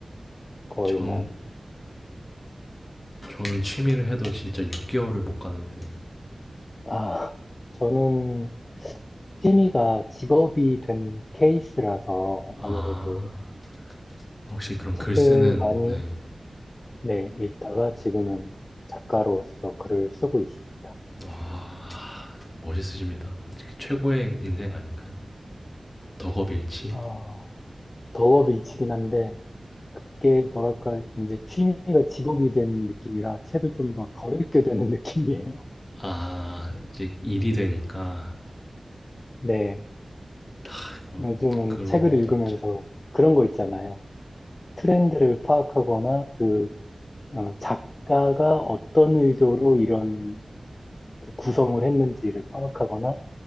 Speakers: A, on the left (about 40°); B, on the left (about 25°).
A: 거의
B: 전
A: 뭐,
B: 저는 취미를 해도 진짜 6개월을 못 가는데.
A: 아, 저는 취미가 직업이 된 케이스라서
B: 아,
A: 아무래도
B: 혹시 그럼
A: 책을
B: 글 쓰는
A: 많이,
B: 네.
A: 네, 읽다가 지금은 작가로서 글을 쓰고 있습니다.
B: 아, 멋있으십니다. 그 최고의 인생 아닌가요? 덕업일치.
A: 아, 덕업일치긴 한데, 그게 뭐랄까, 이제 취미가 직업이 된 느낌이라 책을 좀 더 덜 읽게 되는 <laughs> 느낌이에요.
B: 아, 이제 일이 되니까
A: 네.
B: 아이고,
A: 요즘은
B: 그런
A: 책을
B: 것도
A: 읽으면서
B: 있죠.
A: 그런 거 있잖아요. 트렌드를 파악하거나 그 어, 작가가 어떤 의도로 이런 그 구성을 했는지를 파악하거나